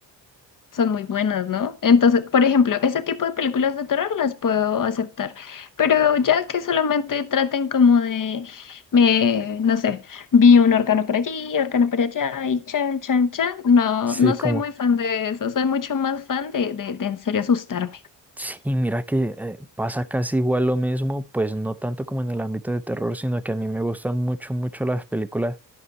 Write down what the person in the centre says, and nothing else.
Sí,
como,
sí, mira que eh, pasa casi igual lo mismo, pues no tanto como en el ámbito de terror, sino que a mí me gustan mucho, mucho las películas.